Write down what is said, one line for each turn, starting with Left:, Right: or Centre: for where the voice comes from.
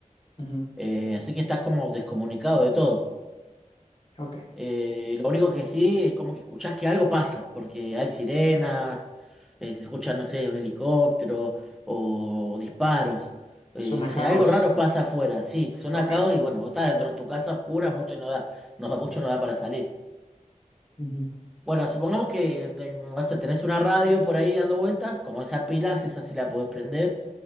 Left: ujú,
Centre: Eh, así que estás como descomunicado de todo.
Left: ok.
Centre: Eh, lo único que sí es como que escuchás que algo pasa, porque hay sirenas, eh, se escucha, no sé, un helicóptero o, o disparos. Eh,
Left: Suena
Centre: no
Left: a
Centre: sé,
Left: caos.
Centre: algo raro pasa afuera, sí, suena
Left: Ok.
Centre: caos y bueno, vos estás dentro de tu casa oscura, mucho no da, no da- mucho no da para salir.
Left: Ujú,
Centre: Bueno, supongamos que eh, no sé, tenés una radio por ahí dando vueltas, como esa pilas, esa sí la podés prender